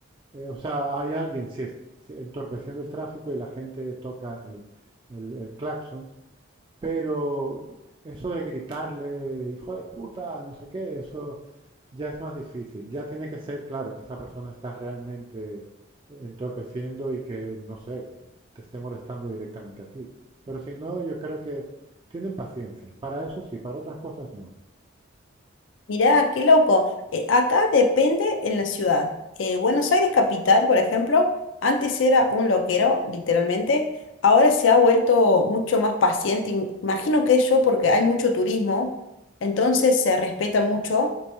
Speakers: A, on the right (about 25°); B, on the left (about 70°).
A: eh, o sea, hay alguien sí, entorpeciendo el tráfico y la gente toca el, el- el claxon, pero eso de gritarle, hijo de puta, no sé qué, eso ya es más difícil. Ya tiene que ser claro que esa persona está realmente entorpeciendo y que, no sé, que te esté molestando directamente a ti. Pero si no, yo creo que tienen paciencia. Para eso sí, para otras cosas no.
B: Mirá, qué loco. Eh, acá depende en la ciudad. Eh, Buenos Aires capital, por ejemplo, antes era un loquero, literalmente. Ahora se ha vuelto mucho más paciente. im- Imagino que eso porque hay mucho turismo, entonces se respeta mucho.